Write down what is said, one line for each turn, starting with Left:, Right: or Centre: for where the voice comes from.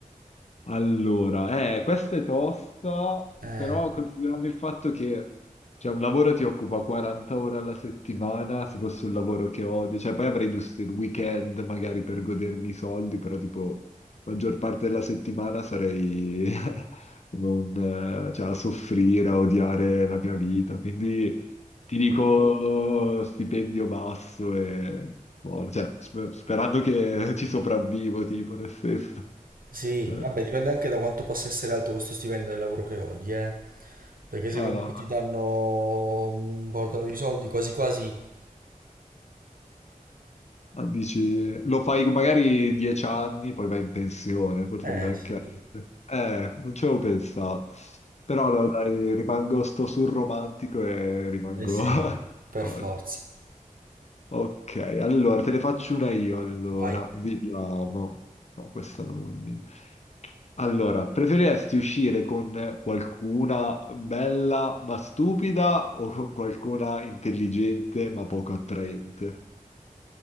Left: Allora, eh, questa è tosta,
Right: Eh.
Left: però considerando il fatto che cioè, un lavoro ti occupa 40 ore alla settimana, se fosse un lavoro che odio, cioè poi avrei giusto il weekend magari per godermi i soldi, però tipo la maggior parte della settimana sarei <laughs> come un, eh, cioè, a soffrire, a odiare la mia vita, quindi ti dico stipendio basso e buono, cioè, sper- sperando che <laughs> ci sopravvivo, tipo nel senso.
Right: Sì,
Left: Eh.
Right: vabbè, dipende anche da quanto possa essere alto questo stipendio del lavoro che odi, eh. Perché se
Left: Eh,
Right: comunque ti danno un bordello di soldi, quasi quasi...
Left: no, dici, lo fai magari dieci anni, poi vai in pensione, potrebbe
Right: Eh
Left: anche
Right: sì,
Left: essere. Eh, non ci avevo pensato. Però no, dai, rimango sto sul romantico e rimango...
Right: eh sì,
Left: <laughs>
Right: per
Left: Oh,
Right: forza.
Left: Ok, allora te ne faccio una io, allora,
Right: Vai.
Left: vediamo. No, questa non... Allora, preferiresti uscire con qualcuna bella ma stupida o con qualcuna intelligente ma poco attraente?